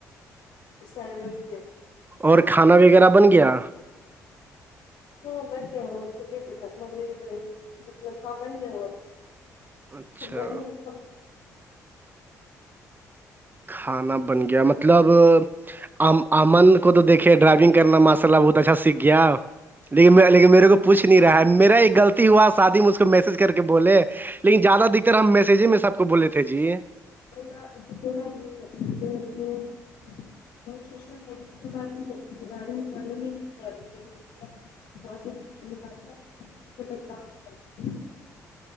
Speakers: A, on the left; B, on the right.
A: <unintelligible>
B: اور کھانا وغیرہ بن گیا
A: ہاں بن گیا ہوگا ہم کو نہیں پتہ ممی بناینگی مطلب ہاں بن گیا ہو گا
B: اچھا
A: بنی سب
B: کھانا بن گیا مطلب ام امن کو تو دیکھئے ڈرائیونگ کرنا ماشاء اللہ بہت اچھا سیکھ گیا لیکن لیکن میرے کو پچھ نہیں رہا ہے میرا ایک گل تی ہوا شادی مجھ کو میسج کر کے بولے لیکن زیادہ دگرر ہم میسج میں سب کو بولے تھے جی
A: <unintelligible> <unintelligible> <inaudible>